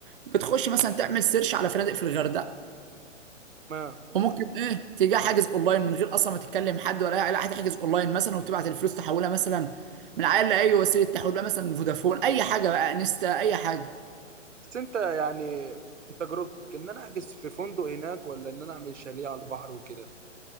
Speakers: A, on the right (about 45°); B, on the right (about 70°).
A: بتخش مثلا تعمل سيرش على فنادق في الغردقه
B: ما
A: وممكن ايه تيجي حاجز اونلاين من غير اصلا ما تتكلم حد ولا اي علاقه هتحجز اونلاين مثلا وتبعت الفلوس تحولها مثلا من عيال لاي وسيله تحويل بقى مثلا فودافون اي حاجه بقى انستا اي حاجه
B: بس انت يعني انت تجربتك ان انا احجز في فندق هناك ولا ان انا اعمل شاليه على البحر وكده